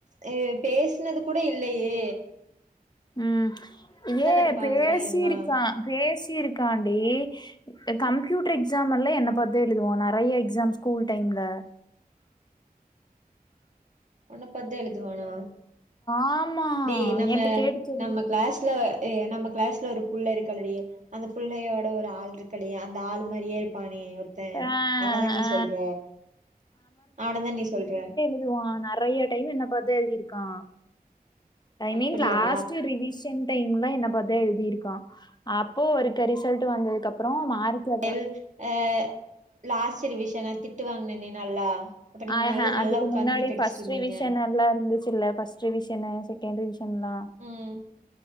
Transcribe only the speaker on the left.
ம் ஏ
பேசீர்க்கா
பேசீர்க்கான்டி அ கம்ப்யூட்டர் எக்ஸாம்மெல்லா என்ன பாத் தா எழுதுவா நெறைய எக்ஸாம் ஸ்கூல் டைம்ல
ஆமா
என்ட்ட கேட்டுச்சுதுக
ஆ
ஆ
துவா நறையா டைம் என்ன பாத் தா எழுதிருக்கா ஐ
மீன் லாஸ்ட்டு ரிவி ஷன் டைம்ல என்ன பாத் தா எழுதிருக்கா அப்போ ஒருக்க ரிசல்ட்டு வந்ததுக்கப்றோ மார்க் எவ்ளோ
ஆ
அ அதுக்கு
முன்னாடி
ஃபஸ்ட்
ரிவிஷனல்லா இருந்துச்சுல்ல ஃபஸ்ட் ரிவிஷனு செகண்ட் ரிவிஷன்ல்லா